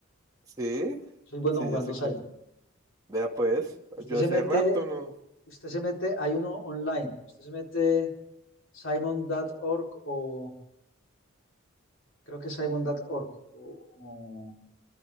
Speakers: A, on the right; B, on the left.
A: sí,
B: soy bueno
A: sí,
B: jugando
A: ya sé
B: Simon.
A: cuál. Vea pues,
B: Usted
A: yo
B: se
A: hace
B: mete,
A: rato no,
B: usted se mete, hay uno online, usted se mete Simon punto org o creo que Simon simon.org o,